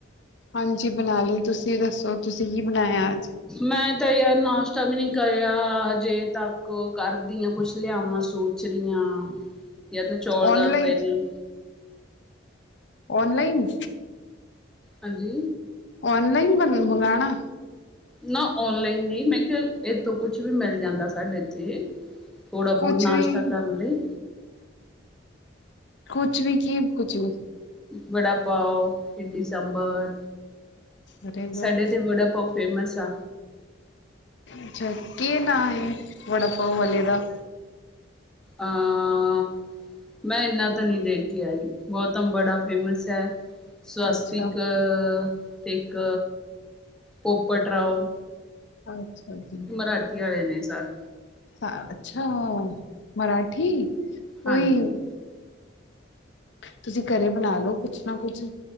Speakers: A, on the left (about 70°); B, in the centre.
A: ਹਾਂਜੀ ਬਣਾ ਲਈ ਤੁਸੀਂ ਦੱਸੋ? ਤੁਸੀਂ ਕੀ ਬਣਾਇਆ ਅੱਜ
B: ਮੈਂ ਤਾਂ ਯਾਰ ਨਾਸ਼ ਤਾ ਵੀ ਨੀ ਕਰਿਆ ਅਜੇ ਤੱਕ ਕਰਦੀਆਂ ਕੁਛ ਲਿਆਵਾਂ ਸੋਚ ਰਹੀਆਂ। ਤਾਂ ਚੌਲ
A: ਔਨਲਾਈਨ
B: ਦਾਲ ਪਹਿਲੀ
A: ਔਨਲਾਈਨ
B: ਹਾਂਜੀ।
A: ਔਨਲਾਈਨ ਬ ਮੰਗਉਣਾ
B: ਨਾ ਓਨਲਾਈਨ ਨਹੀਂ ਮੈਂ ਕਿਹਾ ਇੱਥੋਂ ਕੁਛ ਵੀ ਮਿਲ ਜਾਂਦਾ ਸਾਡੇ ਇੱਥੇ ਥੋੜਾ ਬਹੁਤ
A: ਕੁਛ
B: ਨਾਸ਼ਤਾ
A: ਵੀ
B: ਕਰਨ ਲਈ
A: ਕੁਛ ਵੀ ਕੀ ਕੁਛ ਵੀ।
B: ਵੜਾ ਪਾਓ ਸਾਂਬਰ
A: ਅਰੇ
B: ਸਾਡੇ
A: ਵਾਹ
B: ਇੱਥੇ ਵੜਾ ਪਾਓ ਫੇਮਸ ਆ
A: ਅੱਛਾ ਕਿ ਨਾ ਵੜਾ ਪਾਅ ਵਾਲੇ ਦਾ।
B: ਅਹ ਮੈਂ ਇੰਨਾ ਤਾਂ ਨਹੀਂ ਦੇਖ ਕੇ ਆਈ ਗੌਤਮ ਬੜਾ ਫੇਮਸ ਹੈ। ਸਵਸਤਿਕ
A: ਅੱਛਾ
B: ਇੱਕ-ਇੱਕ ਪੋਪਟ ਰਾਓ।
A: ਅੱਛਾ ਜੀ
B: ਮਰਾਠੀ ਵਾਲੇ ਨੇ ਸਾਰੇ
A: ਅੱਛਾ। ਮਰਾਠੀ। ਉਹੀ
B: ਹਾਂਜੀ।
A: ਤੁਸੀਂ ਘਰੇ ਬਣਾ ਲਓ ਕੁਛ ਨਾ ਕੁਛ